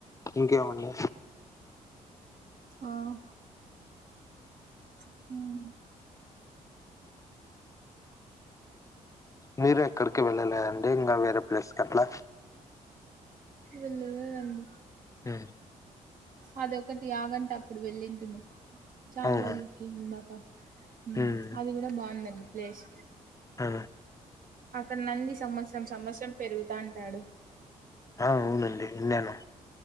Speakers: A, on the left (about 20°); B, on the right (about 60°).
A: ఇంకేమండి
B: ఆమ్. మ్
A: మీరు ఎక్కడికి వెళ్ళలేద అండి? ఇంకా వేరే ప్లేస్ కట్లా?
B: వెళ్లలేదండి.
A: మ్
B: అది ఒకటి, యాగంటి అప్పుడు వెళ్ళింటిమి. చాన
A: అవునా
B: రోజుల్కి, ఇందాక మ్,
A: ఉమ్
B: అది గూడ బావుందండి. ప్లేస్
A: ఆ
B: అక్కడ నంది సంమత్సరం సంమత్సరం పెరుగుతాంటడు.
A: ఆ, అవునండి విన్నాను.